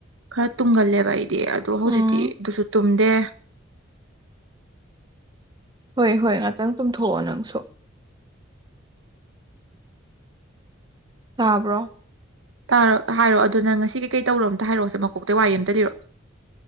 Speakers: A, on the right; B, on the right.
A: ꯈꯔ ꯇꯨꯝꯒꯜꯂꯦꯕ ꯑꯩꯁꯦ ꯍꯥꯏꯗꯤ ꯑꯗꯨ ꯍꯧꯖꯤꯛꯇꯤ
B: ꯎꯝ
A: ꯑꯗꯨꯁꯨ ꯇꯨꯝꯗꯦ
B: <unintelligible> ꯍꯣꯏ ꯍꯣꯏ ꯉꯥꯛꯇꯪ ꯇꯨꯝꯊꯣꯛꯑꯣ ꯅꯪꯁꯨ ꯇꯥꯕ꯭ꯔꯣ
A: ꯇꯥꯔꯣ ꯍꯥꯏꯔꯣ ꯑꯗꯨꯅ ꯉꯁꯤ ꯀꯩꯀꯩ ꯇꯧꯔꯣ ꯑꯃꯇ ꯍꯥꯏꯔꯛꯑꯣꯁꯦ ꯃꯀꯣꯛꯇꯒꯤ ꯋꯥꯔꯤ ꯑꯃꯝꯇ ꯂꯤꯔꯛꯑꯣ